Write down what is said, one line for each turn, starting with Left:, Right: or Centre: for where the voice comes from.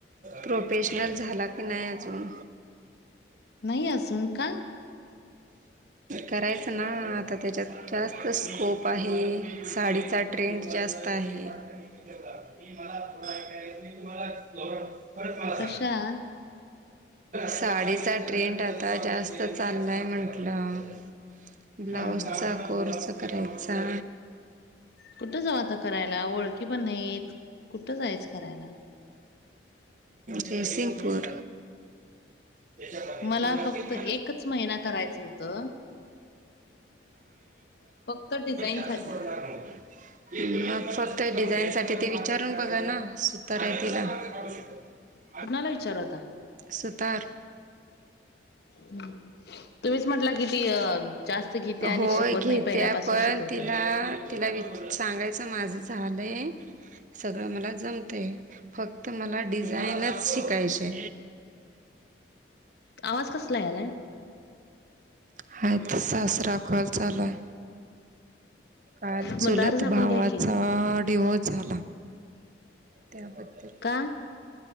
Right: प्रोफेशनल झाला की नाही अजून?
Left: नाही अजून का
Right: करायचं ना आता त्याच्यात- जास्त स्कोप आहे साडीचा ट्रेंड जास्त आहे. म मला मी तुम्हाला- मला
Left: कशा
Right: सांगा
Left: आहात?
Right: साडीचा ट्रेंड आता जास्त चाललाय म्हटलं. ब्लाऊजचा
Left: हम्म हम्म हम्म
Right: कोर्स करायचा.
Left: कुठं जाऊ आता करायला ओळखी पण नाहीेत कुठं जायचं करायला?
Right: जयसिंगपूर. त्याच्यामध्ये-
Left: मला
Right: हम्म.
Left: फक्त
Right: ते
Left: एकच महिना करायचं होतं फक्त डिझाईन
Right: असच
Left: साठी
Right: पडणार नव्हत. मग फक्त डिझाईनसाठी ते विचारून बघा ना सुतारा आहे तिला. ह नाही
Left: कुणाला विचारू आता?
Right: सुतार.
Left: तुम्हीच म्हंटला कि ती अ- जास्त घेत्या आणि
Right: होय
Left: शिकवत
Right: घेत्या
Left: नाही पहिल्यापासून
Right: पण
Left: शिकवत्या
Right: तिला- तिला वि सांगायचं माझं झालंय सगळं मला जमतय. फक्त मला डिझाईनच शिकायचे.
Left: आवाज कसला यालाय
Right: हा तस अस - त्रखल चालूए. काल चुलत
Left: मग दार झाकून
Right: भावाचा
Left: घ्या की
Right: डिवोर्स झाला. त्याबद्दल-
Left: का?